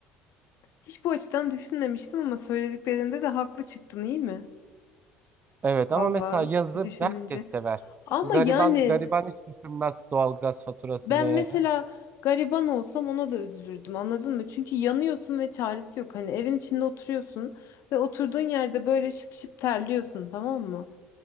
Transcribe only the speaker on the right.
Evet
ama mesela yazı
herkes sever.
Gariban
gariban hiç düşünmez doğalgaz faturasını,